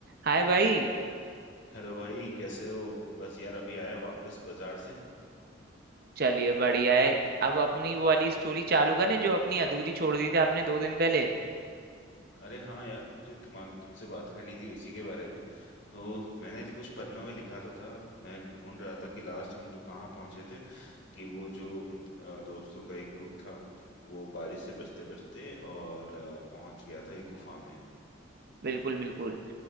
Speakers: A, on the right; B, on the left.
A: हाय भाई
B: Hello भाई कैसे हो बस यार अभी आया वापस बाजार से
A: चलिए बढ़िया है अब अपनी वो वाली स्टोरी चालू करें जो अपनी अधूरी छोड़ दी थी आपने दो दिन पहले
B: अरे हाँ यार मुझे तुम्हारा तुमसे बात करनी थी उसी के बारे में तो मैंने कुछ पन्नों में लिखा तो था मैं ढूंढ रहा था कि लास्ट हम लोग कहाँ पहुँचे थे कि वो जो अ, दोस्तों का एक ग्रुप था वो बारिश से बचते बचते और अ, पहुंच गया था एक गुफा में
A: बिल्कुल बिल्कुल